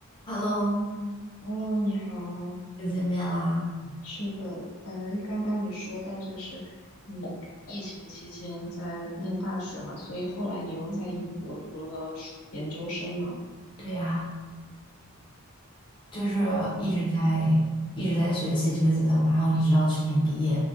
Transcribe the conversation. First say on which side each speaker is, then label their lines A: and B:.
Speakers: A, on the left; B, on the left.
A: Hello，
B: Hello，你好。
A: 又见面啦。
B: 是的，呃，刚刚你说到就是你疫情期间在念大学嘛，所以后来你又在英国读了硕研究生嘛？
A: 嗯，对呀，就是一直在一直在学习这个阶段吧，然后一直到去年毕业。